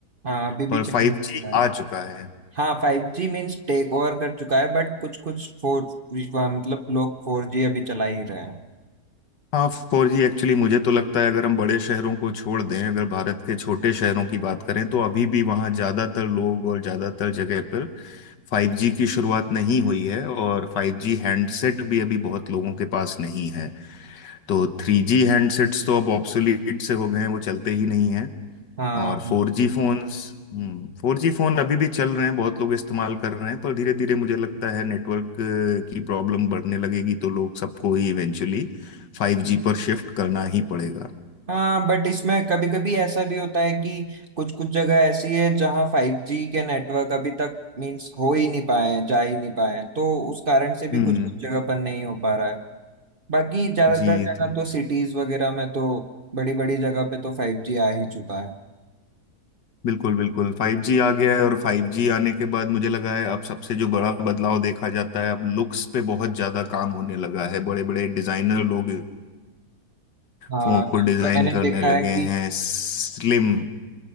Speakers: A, on the right; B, on the left.
A: हाँ, अभी भी
B: पर
A: चल
B: 5G
A: रहा है
B: आ चुका है
A: हाँ five G means take over कर चुका है बट कुछ कुछ फोर मतलब लोग फोर जी अभी चला ही रहे हैं
B: हाँ फोर जी एक्चुअली मुझे तो लगता है अगर हम बड़े शहरों को छोड़ दें अगर भारत के छोटे शहरों की बात करें तो अभी भी वहाँ ज़्यादातर लोग और ज़्यादातर जगह पर फाइव जी की शुरुआत नहीं हुई है और फाइव जी हैंडसेट भी अभी बहुत लोगों के पास नहीं है तो थ्री जी हैंडसेट्स तो अब ऑब्सोलीट से हो गए हैं वो चलते ही नहीं
A: हाँ
B: और फोर जी फोन्स हम्म फोर जी फोन अभी भी चल रहे हैं बहुत लोग इस्तेमाल कर रहे हैं पर धीरे धीरे मुझे लगता है नेटवर्क की प्रॉब्लम बढ़ने लगेगी तो लोग सबको ही इवेंचुअली फाइव जी पर शिफ्ट करना ही पड़ेगा
A: हाँ बट इसमें कभी कभी ऐसा भी होता है कि कुछ कुछ जगह ऐसी है जहाँ फाइव जी के नेटवर्क अभी तक मीन्स हो ही नहीं पाए हैं जा ही नहीं पाए हैं तो उस कारण से भी
B: हम्म
A: कुछ कुछ जगह पर नहीं हो पा रहा है बाकी ज्यादातर
B: जी
A: जगह
B: तो
A: तो सिटीज वगैरह में तो बड़ी बड़ी जगह पे तो फाइव जी आ ही चुका है
B: बिल्कुल बिल्कुल फाइव जी आ गया है और फाइव जी आने के बाद मुझे लगा है अब सबसे जो बड़ा बदलाव देखा जाता है अब लुक्स पे बहुत ज्यादा काम होने लगा है बड़े बड़े डिजाइनर लोग
A: हाँ
B: फोन
A: जब
B: को डिजाइन
A: से मैंने
B: करने
A: देखा
B: लगे
A: है कि
B: हैं स्लिम